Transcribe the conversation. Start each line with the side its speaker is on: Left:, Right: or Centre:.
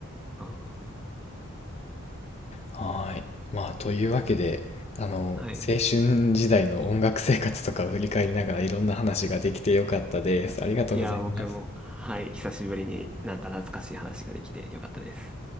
Centre: あ、はんはん
Left: はーい。まあ、というわけで、あの、
Centre: はい。
Left: 青春時代の音楽生活とかを振り返りながらいろんな話ができてよかったです。ありがとうございます。
Centre: いや、僕も、はい、久しぶりになんか懐かしい話ができてよかったです。